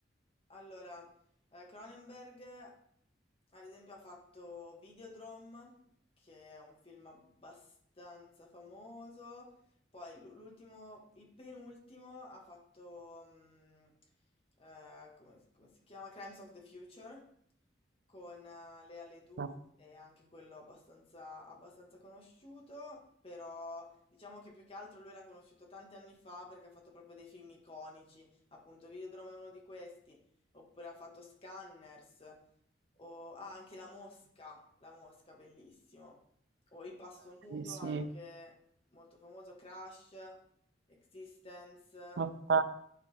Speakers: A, on the left (about 35°); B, on the right (about 75°).
A: Allora, eh, Cronenberg, ad esempio, ha fatto Videodrome, che è un film abbastanza famoso. Poi l'u- l'ultimo, il penultimo, ha fatto, mm, eh, come, come si chiama? Crimes of the Future, con eh, Lea Seydoux,
B: ok,
A: è anche quello abbastanza, abbastanza conosciuto, però diciamo che più che altro lui era conosciuto tanti anni fa perché ha fatto proprio dei film iconici, appunto Videodrome è uno di questi. Oppure ha fatto Scanners, o ah, anche La Mosca, La Mosca, bellissimo. O Il Pasto Nudo,
B: sì.
A: anche molto famoso, Crash, Existence.
B: Ok,